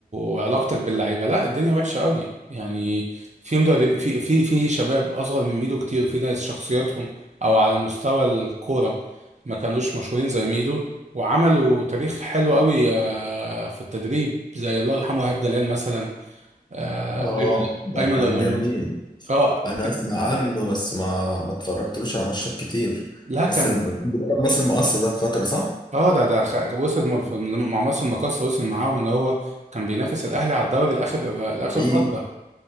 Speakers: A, on the right; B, on the left.
A: وعلاقتك باللعيبة لا الدنيا وحشة قوي يعني في مدرب في في في شباب أصغر من ميدو كتير وفي ناس شخصياتهم أو على مستوى الكورة ما كانوش مشهورين زي ميدو وعملوا تاريخ حلو قوي آه، في التدريب زي الله يرحمه إيهاب جلال مثلا آه،
B: اه
A: أيمن
B: ده
A: أيمن
B: كان
A: الرمود
B: جميل
A: اه
B: انا اسمع عنه بس ما ما اتفرجتلوش على ماتشات كتير
A: لا كان
B: بس لما- منتخب مصر مقصر ده فتره صح؟
A: اه ده ده خ- وصل م- في- مع مصر المقاصة وصل معاهم ان هو كان بينافس الاهلي على الدوري لاخر لاخر
B: حقيقي
A: فتره